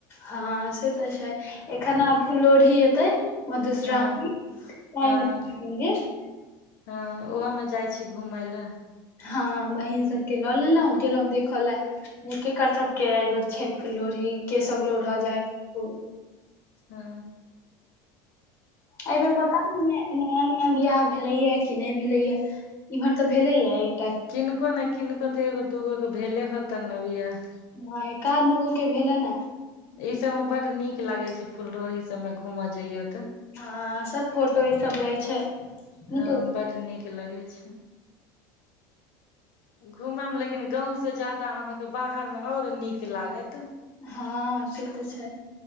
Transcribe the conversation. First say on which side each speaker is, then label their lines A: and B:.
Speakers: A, on the left (about 25°); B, on the left (about 60°).
A: हँ से तऽ छै एखन आब फुलरोहरी एतै। मधुश्रावनी
B: हँ
A: तय
B: हँ
A: में जेबय मन्दिर।
B: हँ उहोमे जाइ छी घूम ले।
A: हँ बहिन सबके ल लेलहुँ गेलहुँं देखऽ ले। केकर सब के एहि बेर छै फूललोहड़ी के सब लोड़ह जायये फूल।
B: हुंउ।
A: अयबेेर पता नय, नया -नया बियाह भेलैया कि नै भेलैया इमहर तऽ भेलैये एक।
B: किनको ने किनको तऽ एगो दूगो के भेले होतन ने बियाह।
A: हँ एकाध दूगो के भेलनये।
B: इ सब मे बड़ निक लागे छै, फुललोरी सबमे घूम जैयो तऽ।
A: हँ सब फोटो ई सब लै छै। नीक
B: हँ
A: लग
B: बड़ निक लगै छै। घूम मे लेकिन गाँव स जादा अहाँके बाहरमे और निक लागत।
A: हां से तऽ छै।